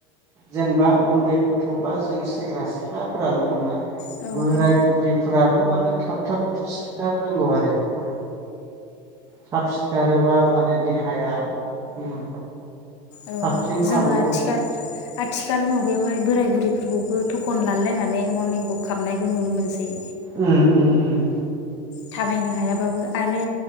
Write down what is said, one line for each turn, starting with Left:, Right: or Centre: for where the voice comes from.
Right: जेनेबा उन्दै गथ'बा जों सेंग्रा सिख्लाफोराल' नङा
Left: जों
Right: बोराय
Left: औ
Right: बुरि फोराबो माने थाब थाब सिखार नांगौ आरोखि। थाबसि खारोबा माने देहाया। उम।
Left: औ
Right: साबसिन थाबावो
Left: जोङो आथिखाल आ आथिखाल मुगायावहाय बोराय बुरैफोरखौबो थखन लालायनानै मरनिंग खामनायखौ नुनो मोनसै।
Right: उम उम उम।
Left: थाबायनो हायाबाबो आरो